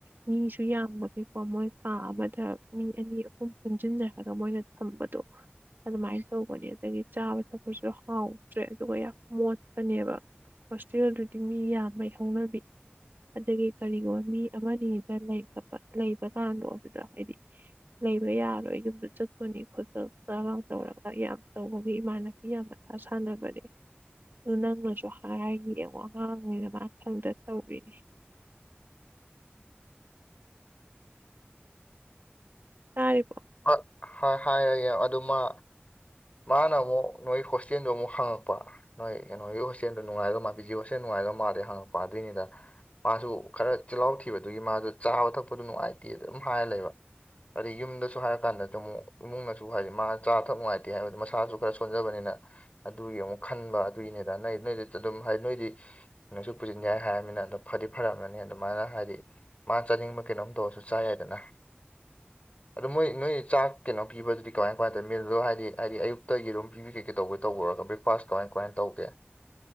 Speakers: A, on the right (about 55°); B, on the left (about 35°).
A: ꯃꯤꯁꯨ ꯌꯥꯝꯕꯒꯤꯀꯣ ꯃꯣꯏ ꯀꯥ ꯑꯃꯗ ꯃꯤ ꯑꯅꯤ ꯁꯨꯝ ꯄꯨꯟꯁꯤꯟꯖꯔꯒ ꯃꯣꯏꯅ ꯊꯝꯕꯗꯣ ꯑꯗꯨꯃꯥꯏꯅ ꯇꯧꯕꯅꯦ ꯑꯗꯒꯤ ꯆꯥꯕ ꯊꯛꯄꯁꯨ ꯍꯥꯎꯗ꯭ꯔꯦ ꯑꯗꯨꯒ ꯌꯥꯝ ꯃꯣꯠꯄꯅꯦꯕ ꯍꯣꯁꯇꯦꯜꯗꯨꯗꯤ ꯃꯤ ꯌꯥꯝꯕꯩ ꯍꯧꯅꯕꯤ ꯑꯗꯒꯤ ꯀꯔꯤꯒꯨꯝꯕ ꯃꯤ ꯑꯃꯅꯤꯗ ꯂꯩꯇꯕ ꯂꯩꯕ ꯀꯥꯟꯗꯣ ꯑꯗꯨꯗ ꯍꯥꯏꯗꯤ ꯂꯩꯕ ꯌꯥꯔꯣꯏ ꯌꯨꯝꯗ ꯆꯠꯄꯅꯤ ꯈꯣꯆꯞ ꯆꯔꯥ ꯇꯧꯔꯒ ꯌꯥꯝ ꯇꯧꯕꯃꯤ ꯃꯥꯜꯂꯦ ꯏꯌꯥꯝ ꯃꯊꯥ ꯁꯥꯟꯅꯕꯅꯦ ꯑꯗꯨ ꯅꯪꯅꯁꯨ ꯍꯥꯏꯔꯒ ꯌꯦꯡꯉꯣ ꯑꯉꯥꯡꯅꯤꯅ ꯃꯥ ꯈꯪꯗ ꯇꯧꯔꯤꯅꯤ ꯇꯥꯔꯤꯕꯣ
B: ꯍꯥ ꯍꯥꯏ ꯍꯥꯏꯔꯌꯦꯡ ꯑꯗꯨꯃ ꯃꯥꯅ ꯑꯃꯨꯛ ꯅꯣꯏ ꯍꯣꯁꯇꯦꯟꯗꯣ ꯑꯃꯨꯛ ꯍꯪꯉꯛꯄ ꯅꯣꯏ ꯀꯩꯅꯣꯒꯤ ꯍꯣꯁꯇꯦꯜꯗꯨ ꯅꯨꯡꯉꯥꯏꯕ ꯃꯥꯟ ꯚꯤꯗꯤꯌꯣ ꯁꯦꯝ ꯅꯨꯡꯉꯥꯏꯗꯣ ꯃꯥꯜꯂꯥ ꯍꯪꯉꯛꯄꯥ ꯑꯗꯨꯏꯅꯤꯗ ꯃꯥꯁꯨ ꯈꯔ ꯆꯤꯜꯍꯥꯎ ꯊꯤꯕꯗꯨꯒꯤ ꯃꯥꯖꯨ ꯆꯥꯕ ꯊꯛꯄꯗꯨ ꯅꯨꯡꯉꯥꯏꯇꯦ ꯑꯗꯨ ꯍꯥꯏ ꯂꯩꯕ ꯑꯗꯩ ꯌꯨꯝꯗꯁꯨ ꯍꯥꯏꯔ ꯀꯥꯟꯗ ꯗꯃꯨꯛ ꯏꯃꯨꯡꯅꯁꯨ ꯍꯥꯏꯗꯤ ꯃꯥꯆꯥꯕ ꯊꯛꯄ ꯅꯨꯡꯉꯥꯏ ꯍꯥꯏꯕ ꯃꯁꯥꯁꯨ ꯈꯔ ꯁꯣꯟꯖꯕꯅꯤꯅ ꯑꯗꯨꯒꯤ ꯑꯃꯨꯛ ꯈꯟꯕ ꯑꯗꯨꯏꯅꯦꯗ ꯅꯣꯏ ꯅꯣꯏꯗꯤ ꯑꯗꯨꯝ ꯍꯥꯏ ꯅꯣꯏꯗꯤ ꯅꯪꯁꯨ ꯄꯨꯁꯤꯟ ꯌꯥꯏ ꯍꯥꯏꯔꯝꯃꯤꯅ ꯑꯣ ꯐꯗꯤ ꯐꯔꯝꯅꯅꯤ ꯑꯗꯨꯃꯥꯏꯅ ꯍꯥꯏꯗꯤ ꯃꯥ ꯆꯥꯅꯤꯡꯕ ꯀꯩꯅꯣꯝ ꯇꯧꯔꯁꯨ ꯆꯥ ꯌꯥꯏꯗꯅ ꯑꯗꯣ ꯃꯣꯏ ꯅꯣꯏ ꯆꯥꯛ ꯀꯩꯅꯣ ꯄꯤꯕꯗꯨꯗꯤ ꯀꯃꯥꯏ ꯀꯃꯥꯏꯅ ꯇꯧꯏ ꯃꯤꯜꯗꯣ ꯍꯥꯏꯗꯤ ꯍꯥꯏꯗꯤ ꯑꯌꯨꯛꯇ ꯌꯦꯔꯨꯝ ꯒꯨꯝꯕ ꯄꯤꯕꯤ ꯇꯧꯕꯔ ꯇꯧꯕꯔꯒ ꯕ꯭ꯔꯦꯛꯐꯥꯁ ꯀꯃꯥꯏ ꯀꯃꯥꯏꯅ ꯇꯧꯒꯦ